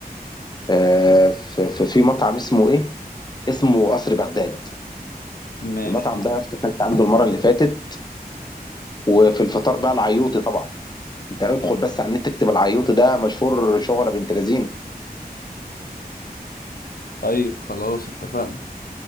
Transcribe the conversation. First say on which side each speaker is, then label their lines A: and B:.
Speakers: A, on the left (about 25°); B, on the left (about 65°).
A: آه في, في في مطعم اسمه ايه اسمه قصر بغداد
B: ماشي
A: المطعم ده يا اسطى كنت عنده المره اللي فاتت وفي الفطار بقى العيوطي طبعا انت ادخل بس على النت تكتب العيوط ده مشهور شهرة بنت لذينه
B: طيب خلاص اتفقنا